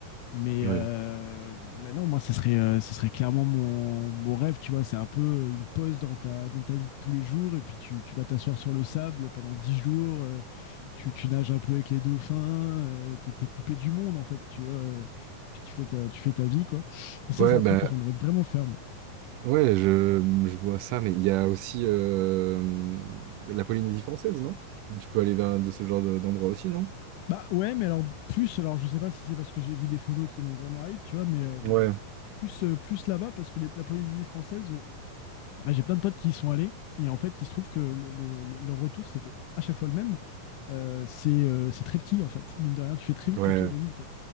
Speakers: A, on the left; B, on the right.
A: Mais,
B: Ouais.
A: euh, mais non, moi, ce serait, euh, ce serait clairement mon, mon rêve, tu vois. C'est un peu une pause dans ta, dans ta vie de tous les jours. Et puis, tu, tu vas t'asseoir sur le sable pendant 10 jours. euh, tu, tu nages un peu avec les dauphins. euh, t'es, t'es coupé du monde, en fait, tu vois. euh, puis, tu fais ta, tu fais ta vie, quoi. Ça,
B: Ouais,
A: c'est un
B: bah,
A: truc que j'aimerais vraiment faire, moi.
B: ouais, je, je vois ça, mais il y a aussi euh, la Polynésie française, non? Tu peux aller vers de ce genre de- d'endroit aussi, non?
A: Bah ouais, mais alors, plus, alors, je sais pas si c'est parce que j'ai vu des photos qui m'ont vraiment hype, tu vois, mais euh,
B: Ouais.
A: plus, euh, plus là-bas, parce que les- la Polynésie française. Bah, j'ai plein de potes qui y sont allés. Et en fait, il se trouve que le, le- le retour, c'était à chaque fois le même. Euh, c'est euh, c'est très petit, en fait. Mine de rien, tu fais très vite
B: Ouais.
A: le tour de l'île, quoi.